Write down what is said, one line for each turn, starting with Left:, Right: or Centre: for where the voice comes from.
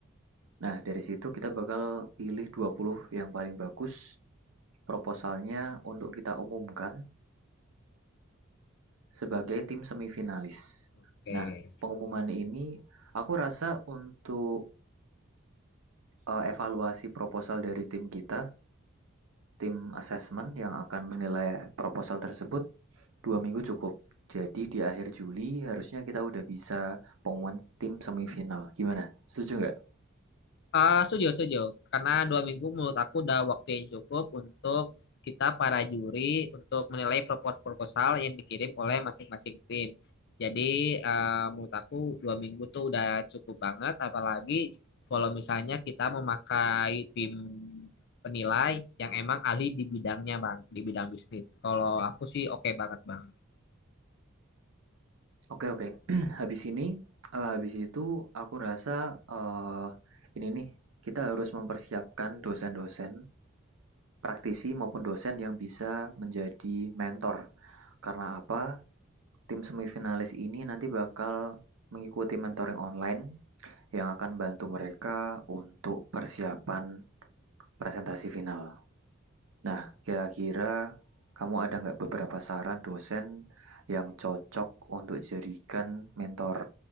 Right: Nah, dari situ kita bakal pilih 20 yang paling bagus proposalnya untuk kita umumkan Sebagai tim semifinalis.
Left: Oke.
Right: Nah, pengumuman ini aku rasa untuk eh, evaluasi proposal dari tim kita, tim assessment yang akan menilai proposal tersebut dua minggu cukup. Jadi di akhir Juli harusnya kita udah bisa pengumuman tim semifinal. Gimana? Setuju nggak?
Left: Ah, setuju, setuju. Karena dua minggu menurut aku udah waktu yang cukup untuk kita para juri untuk menilai proposal proposal yang dikirim oleh masing-masing tim. Jadi, eh, menurut aku dua minggu tuh udah cukup banget. Apalagi kalau misalnya kita memakai tim penilai yang emang ahli di bidangnya, Bang, di bidang bisnis. Kalau aku sih oke banget, Bang.
Right: Oke oke. <clears throat> habis ini, eh, habis itu aku rasa eh, ini nih kita harus mempersiapkan dosen-dosen praktisi maupun dosen yang bisa menjadi mentor. Karena apa? Tim semifinalis ini nanti bakal mengikuti mentoring online yang akan bantu mereka untuk persiapan presentasi final. Nah, kira-kira kamu ada nggak beberapa saran dosen yang cocok untuk jadikan mentor